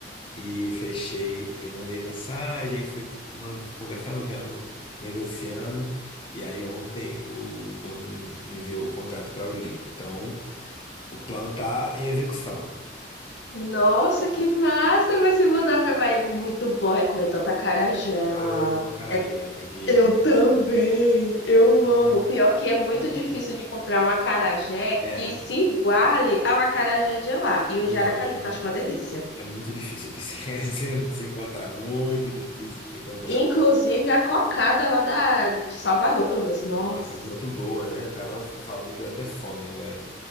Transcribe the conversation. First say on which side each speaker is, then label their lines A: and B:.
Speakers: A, on the left; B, on the left.
A: E fechei, e mandei mensagem, aí fui man- conversando, vendo, negociando. E aí ontem o dono me, me enviou o contrato para eu ler. Então, o plano tá em execução.
B: Nossa, que massa! Vai se mudar pra Bahia. É Muito bom. É comer tanta acarajé
A: Ah,
B: lá.
A: eu amo acarajé,
B: É,
A: sabia?
B: eu
A: Nossa
B: também.
A: senhora.
B: Eu
A: Nossa
B: amo. Pior que é muito
A: senhora.
B: difícil de encontrar um acarajé
A: É,
B: que se iguale ao acarajé de lá. E o
A: não,
B: de Aracaju,
A: é
B: que eu acho uma delícia.
A: É muito difícil que se, <laughs> se se encontrar, muito difícil de se encontrar.
B: Inclusive a cocada lá da, de Salvador, pelo menos. Nossa,
A: Nossa, muito boa, né, cara? Nossa, falando, deu até fome agora.